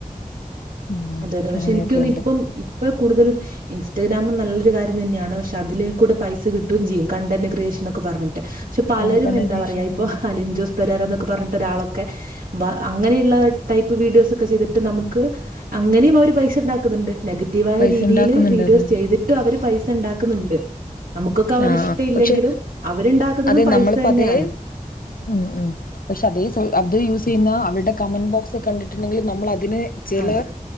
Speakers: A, on the left; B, on the right.
A: ഉം
B: അതെ അതെ പക്ഷെ
A: അങ്ങനെയൊക്കെ
B: എനിക്കൊന്ന്
A: ഉണ്ട്
B: ഇപ്പം ഇപ്പ കൂടുതലും ഇൻസ്റ്റഗ്രാാം നല്ലൊരു കാര്യം തന്നെയാണ് പക്ഷെ അതിൽ കൂടെ പൈസ കിട്ടുകയും ചെയ്യും കണ്ടന്റ് ക്രിയേഷനൊക്കെ പറഞ്ഞിട്ട് പക്ഷെ പലരും
A: ആഹ് കണ്ടന്റ്
B: എന്താ
A: ക്രിയേഷൻ
B: പറയാ ഇപ്പൊ അലിൻ ജോസ് പെരാർ എന്നൊക്കെ പറഞ്ഞിട്ട് ഒരാളൊക്കെ വ അങ്ങനെയുള്ള ടൈപ്പ് വീഡിയോസ് ഒക്കെ ചെയ്തിട്ട് നമുക്ക് അങ്ങനെയും അവര് പൈസ ഉണ്ടാക്കുന്നുണ്ട് നെഗറ്റീവായ
A: പൈസ
B: രീതിയിൽ
A: ഉണ്ടാക്കുന്നുണ്ടത്
B: വീഡിയോസ് ചെയ്തിട്ട് ഇട്ടും അവര് പൈസ ഉണ്ടാക്കുന്നുണ്ട് നമുക്കൊക്കെ അവരിഷ്ട
A: ആഹ്
B: ഇല്ലെങ്കിലും
A: പക്ഷെ
B: അവരുണ്ടാക്കുന്നതും
A: അതെ
B: പൈസ
A: നമ്മളിപ്പോ
B: തന്നെയാണ്
A: അതേ ഉം ഉം പക്ഷെ അതേ അത് യൂസ് ചെയ്യുന്ന അവരുടെ കമന്റ് ബോക്സ് കണ്ടിട്ടുണ്ടെങ്കിൽ നമ്മൾ അതിന് ചില
B: അതെ